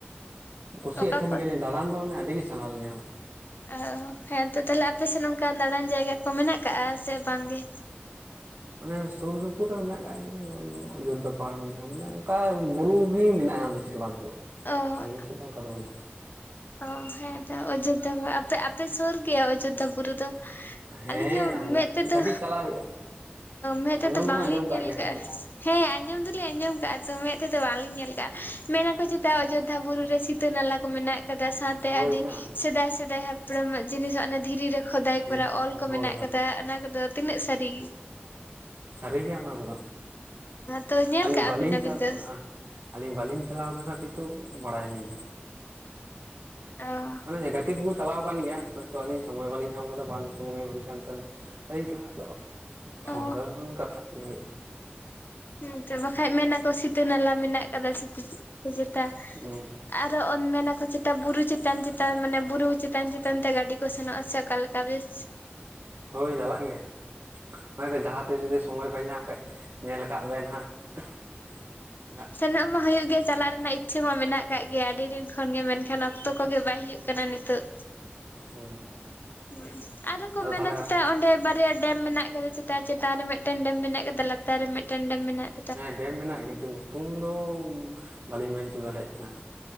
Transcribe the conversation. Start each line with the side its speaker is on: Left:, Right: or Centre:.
Right: ᱠᱩᱥᱤᱭᱟᱜ
Left: ᱚᱠᱟ
Right: ᱛᱟᱦᱮᱱ
Left: ᱠᱚ
Right: ᱜᱮᱭᱟᱞᱤᱧ᱾ ᱫᱟᱬᱟᱱ ᱫᱚ ᱢᱟᱱᱮ ᱟᱹᱰᱤ ᱜᱮ ᱥᱟᱱᱟ ᱞᱤᱧᱟᱹ᱾
Left: ᱚᱻ ᱦᱮᱸᱛᱚ ᱛᱟᱦᱚᱞᱮ ᱟᱯᱮᱥᱮᱫ ᱚᱱᱠᱟ ᱫᱟᱬᱟᱱ ᱡᱟᱭᱜᱟ ᱠᱚ ᱢᱮᱱᱟᱜ ᱟᱠᱟᱜ ᱥᱮ ᱵᱟᱝ ᱜᱮ?
Right: ᱟᱱᱮ ᱥᱩᱨ ᱥᱩᱯᱩᱨ ᱨᱮ ᱢᱮᱱᱟᱜ ᱟᱠᱟᱟᱜ ᱜᱮᱭᱟ ᱡᱮᱢᱚᱱ ᱚᱡᱳᱫᱽᱫᱷᱟ ᱯᱟᱦᱟᱲ ᱢᱮᱱᱟᱜᱼᱟ ᱢᱟᱱᱮ ᱚᱱᱠᱟ ᱵᱩᱨᱩ ᱜᱮ ᱢᱮᱱᱟᱜᱼᱟ ᱵᱮᱥᱤ᱾ ᱪᱮᱫ ᱦᱚ ᱵᱟᱝ ᱛᱚ᱾
Left: ᱚᱻ
Right: ᱤᱧ ᱥᱮᱫ ᱫᱚ ᱚᱱᱠᱟ ᱫᱚ ᱵᱟᱹᱱᱩᱜᱼᱟ᱾
Left: ᱚ ᱦᱮᱸ ᱛᱚ ᱚᱡᱳᱫᱽᱫᱷᱟ, ᱟᱯᱮ ᱟᱯᱮ ᱥᱩᱨ ᱜᱮᱭᱟ ᱚᱡᱳᱫᱽᱫᱷᱟ ᱵᱩᱨᱩ ᱫᱚ?
Right: ᱦᱮᱸ
Left: ᱟᱹᱞᱤᱧ ᱦᱚᱸ
Right: ᱟᱨ
Left: ᱢᱮᱸᱫ ᱛᱮᱫᱚᱼᱼ
Right: ᱠᱟᱹᱴᱤᱡ ᱪᱟᱞᱟᱜ ᱦᱩᱭᱩᱜᱼᱟ
Left: ᱢᱮᱫ
Right: ᱟᱸᱡᱚᱢ
Left: ᱛᱮᱫᱚ
Right: ᱫᱚᱵᱮᱱ
Left: ᱵᱟᱝᱞᱤᱧ
Right: ᱟᱸᱡᱚᱢ ᱠᱟᱜ
Left: ᱧᱮᱞ
Right: ᱜᱮᱭᱟ
Left: ᱠᱟᱜᱼᱟ᱾
Right: ᱦᱳᱭᱛᱳ
Left: ᱦᱮᱸ ᱟᱸᱡᱚᱢ ᱫᱚᱞᱤᱧ ᱟᱸᱡᱚᱢ ᱠᱟᱜᱼᱟ ᱛᱚ, ᱢᱮᱫ ᱛᱮᱫᱚ ᱵᱟᱝᱞᱤᱧ ᱧᱮᱞ ᱠᱟᱜᱼᱟ᱾ ᱢᱮᱱᱟᱠᱚ ᱪᱮᱛᱟ ᱚᱡᱳᱫᱽᱫᱷᱟ ᱵᱩᱨᱩ ᱨᱮ ᱫᱤᱛᱼᱼ ᱥᱤᱛᱟᱹ ᱱᱟᱞᱟ ᱠᱚ ᱢᱮᱱᱟᱜ ᱟᱠᱟᱫᱟ ᱥᱟᱶᱛᱮ
Right: ᱦᱳᱭ
Left: ᱟᱹᱰᱤ
Right: ᱢᱮᱱᱟᱜᱼᱟ
Left: ᱥᱮᱫᱟᱭ ᱥᱮᱫᱟᱭ ᱦᱟᱯᱲᱟᱢᱟᱜ ᱡᱤᱱᱤᱥ ᱚᱱᱟ ᱫᱷᱤᱨᱤ ᱨᱮᱼᱼ ᱠᱷᱚᱫᱟᱭ
Right: ᱦᱮᱸ
Left: ᱠᱚᱨᱟ ᱚᱞ ᱠᱚ
Right: ᱦᱳᱭ
Left: ᱢᱮᱱᱟᱜ
Right: ᱦᱳᱭ
Left: ᱠᱟᱫᱟ ᱚᱱᱟ ᱠᱚᱫᱚ ᱛᱤᱱᱟᱹᱜ ᱥᱟᱹᱨᱤ
Right: ᱥᱟᱹᱨᱤᱜᱮᱭᱟ ᱚᱱᱟ ᱠᱚᱫᱚ
Left: ᱛᱚ ᱧᱮᱞ
Right: ᱟᱹᱞᱤᱧ
Left: ᱠᱟᱜᱼᱟ
Right: ᱵᱟᱹᱞᱤᱧ
Left: ᱵᱤᱱ ᱟᱹᱵᱤᱱ
Right: ᱪᱟᱞᱟᱜᱼᱟ᱾
Left: ᱫᱚ
Right: ᱟᱹᱞᱤᱧ ᱵᱟᱞᱤᱧ ᱪᱟᱞᱟᱣ ᱟᱠᱟᱱᱟ ᱠᱤᱱᱛᱩ ᱵᱟᱲᱟᱭᱟᱞᱤᱧ
Left: ᱚ
Right: ᱢᱟᱱᱮ ᱜᱟᱛᱮ ᱠᱚᱠᱚ ᱪᱟᱞᱟᱣ ᱠᱟᱱ ᱜᱮᱭᱟ ᱦᱳᱭᱛᱚ ᱟᱞᱤᱧ ᱥᱚᱢᱚᱭ ᱵᱟᱞᱤᱧ ᱧᱟᱢ ᱟᱠᱟᱫᱟ ᱵᱟᱝ ᱥᱚᱢᱚᱭ ᱦᱩᱭ ᱠᱟᱱ ᱛᱤᱧ ᱟᱫᱚᱧ ᱥᱟᱞᱟᱜ ᱫᱚ ᱯᱷᱳᱱ
Left: ᱚ
Right: ᱛᱮ ᱨᱮᱦᱚᱸ ᱵᱤᱱ ᱠᱟᱛᱷᱟᱜ ᱜᱮ ᱦᱳᱭᱳᱜ
Left: ᱦᱮᱸ ᱛᱚ ᱵᱟᱠᱷᱟᱡ ᱢᱮᱱᱟᱠᱚ ᱥᱤᱛᱟᱹ ᱱᱟᱞᱟ ᱢᱮᱱᱟᱜ ᱠᱟᱫᱟ ᱥᱤᱛ ᱡᱮᱛᱟᱼᱼ
Right: ᱠᱟᱱᱟ
Left: ᱟᱨᱚ ᱚᱱ ᱢᱮᱱᱟᱠᱚ ᱪᱮᱛᱟ ᱵᱩᱨᱩ ᱪᱮᱛᱟᱱ ᱪᱮᱛᱟᱱ ᱢᱟᱱᱮ ᱵᱩᱨᱩ ᱪᱮᱛᱟᱱ-ᱪᱮᱛᱟᱱ ᱛᱮ ᱜᱟᱹᱰᱤ ᱠᱚ ᱥᱮᱱᱚᱜᱼᱟ ᱥᱮ ᱚᱠᱟᱞᱮᱠᱟ ᱵᱮᱥᱼᱼ
Right: <unintelligible> ᱦᱳᱭ ᱪᱟᱞᱟᱜ ᱜᱮᱭᱟ ᱦᱳᱭᱛᱚ ᱡᱟᱦᱟᱸ ᱛᱤᱥ ᱡᱩᱫᱤ ᱥᱚᱢᱚᱭ ᱯᱮ ᱧᱟᱢ ᱠᱷᱟᱱᱡ ᱧᱮᱞ ᱠᱟᱜ ᱵᱮᱱ ᱦᱟᱸᱜ᱾ <inaudible>
Left: ᱪᱟᱞᱟᱜ ᱢᱟ ᱦᱩᱭᱩᱜ ᱜᱮᱭᱟ ᱪᱟᱞᱟᱜ ᱨᱮᱱᱟᱜ ᱤᱪᱪᱷᱟᱹ ᱢᱟ ᱢᱮᱱᱟᱜ ᱠᱟᱜ ᱜᱮᱭᱟ, ᱟᱹᱰᱤ ᱫᱤᱱ ᱠᱷᱚᱱ ᱜᱮ ᱢᱮᱱᱠᱷᱟᱱᱼᱼ
Right: ᱦᱳᱭ
Left: ᱚᱠᱛᱚ ᱠᱚᱜᱮ ᱵᱟᱭ ᱦᱩᱭᱩᱜ ᱠᱟᱱᱟ ᱱᱤᱛᱚᱜ᱾
Right: ᱦᱩᱸ
Left: ᱦᱩᱸ ᱟᱨᱚ ᱠᱚ
Right: ᱟᱫᱚ
Left: ᱢᱮᱱᱟ
Right: ᱛᱟᱦᱚᱞᱮ
Left: ᱪᱮᱫᱟ ᱚᱸᱰᱮ ᱵᱟᱨᱭᱟ ᱰᱮᱢ ᱢᱮᱱᱟᱜᱼᱟ ᱪᱮᱛᱟᱱ ᱨᱮ ᱢᱤᱫᱴᱟᱝ ᱰᱮᱢ ᱢᱮᱱᱟᱜ ᱟᱠᱟᱫᱟ ᱞᱟᱛᱟᱨ ᱨᱮ ᱢᱤᱫᱴᱮᱱ ᱰᱮᱢ ᱢᱮᱱᱟᱜ ᱟᱠᱟᱫᱟ᱾
Right: ᱦᱮᱸ ᱰᱮᱢ ᱢᱮᱱᱟᱜ ᱠᱤᱱᱛᱩ ᱧᱩᱛᱩᱢ ᱫᱚ ᱵᱟᱹᱞᱤᱧ ᱢᱮᱱ ᱦᱚᱪᱚ ᱫᱟᱲᱮᱭᱟᱜ ᱠᱟᱱᱟ